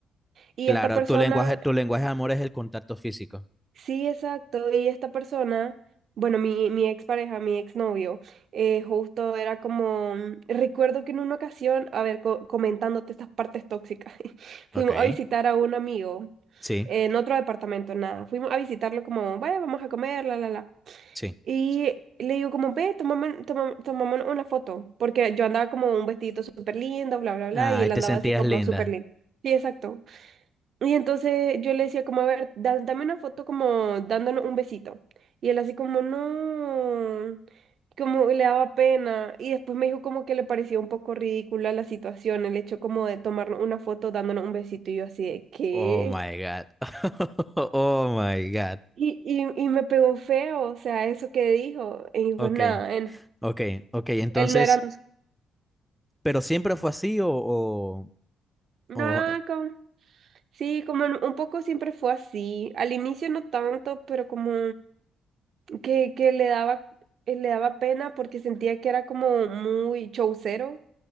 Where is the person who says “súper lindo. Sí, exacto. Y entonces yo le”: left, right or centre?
Right